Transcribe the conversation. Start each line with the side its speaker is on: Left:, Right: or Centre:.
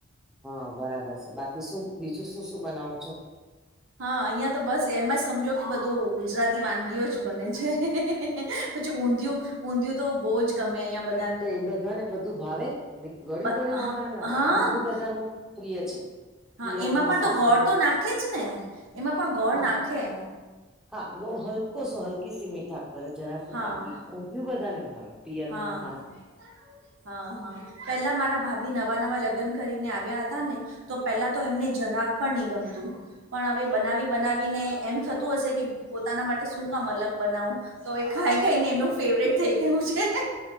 Centre: હા બરાબર છે બાકી શું બીજું શું શું બનાવો છો?
Right: હા અહિયાં તો બસ એમ જ સમજો કે બધું ગુજરાતી વાનગીઓ જ બને છે. પછીઊંધિયુ ઊંધિયું તો બહુ જ ગમે અહીયાં
Centre: તો એ બધાને બધું ભાવે ગળયું
Right: બ
Centre: ગળિું
Right: હા
Centre: અમાને ના ભાવે
Right: હા
Centre: ઊંધયું બધાનું પ્રિય છે.
Right: હા
Centre: પિયર
Right: એમાં
Centre: માં
Right: પણ
Centre: સાસરીમાં
Right: તો ગોળ તો નાખે જ ને એમાં પણ ગોળ
Centre: હા
Right: નાખે એમ.
Centre: હા ગોળ હલકો સો હલકી સી મીઠા કરે જરાસી
Right: હા
Centre: બાકી ઊંધિયું બધા ને ભાવે પિયર
Right: હા
Centre: માસ
Right: હા પેલા મારા ભાભી નવા નવા નવા લગ્ન કરીને આવ્યા હતા ને તો પેલા તો એમને જરાક પણ નહી ગમતું. પણ હવે બનાવી બનાવીને એમ થતું હશે કે પોતાના માટે શું કામ અલગ બનાવું. તો એ ખાઈ ખાઈ ને એમનું ફેવરેટ થઈ ગયું છે.